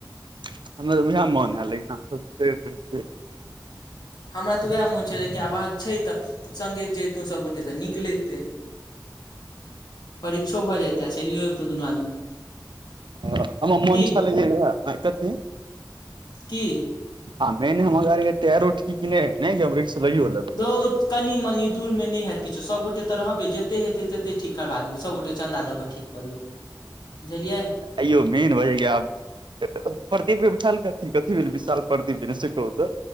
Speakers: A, on the right; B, on the left.
A: <unintelligible> हमर उएह मोन हय लेकिन जत छियै
B: हमरा तऽ वएह मोन छै लेकिन आब छै तऽ सगे जे सबगोटे तऽ निक लगतै परीक्षो भऽ जत आ चलियो एबतो दुनू आदमी
A: ह हमर मोन
B: की
A: ल कथी
B: की
A: आ मेन हमर गाड़ी के टायरो ठीक ने ह ने कि हम रिकस लाइयो
B: रौ कनि मनि दूर मे नहि हयैत किछो सभगोटे तऽ रहबै जते हेतै तते ठीक करबा देबै सभगोटे चन्दा दऽ कऽ ठीक कऽ देबै बुझलिए
A: अइयो मेन होइय आब प्रदीपके बिठायलथी कथी भेल विशाल प्रदीप जे से कहू तऽ